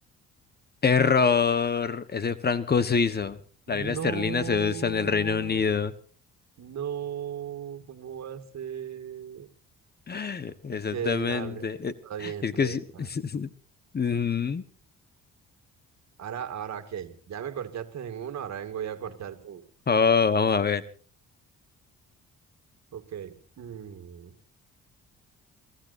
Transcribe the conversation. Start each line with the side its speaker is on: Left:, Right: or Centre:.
Left: Error. Es el franco suizo.
Right: No,
Left: La libra esterlina se usa en el Reino Unido.
Right: no, ¿cómo va a ser?
Left: <laughs> Exactamente.
Right: Ok, dale.
Left: Eh,
Right: Está bien,
Left: Es
Right: está
Left: que
Right: bien,
Left: sí.
Right: está
Left: <laughs>
Right: bien.
Left: Ujú.
Right: Ahora, ahora, ok. Ya me corchaste en uno, ahora vengo yo a corcharte en uno.
Left: Oh, vamos a ver.
Right: Ok. Mm,